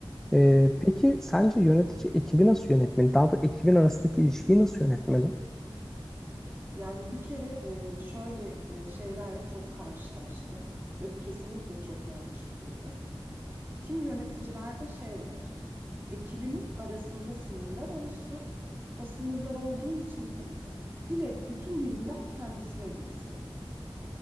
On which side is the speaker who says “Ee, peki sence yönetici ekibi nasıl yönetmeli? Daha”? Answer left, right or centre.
Centre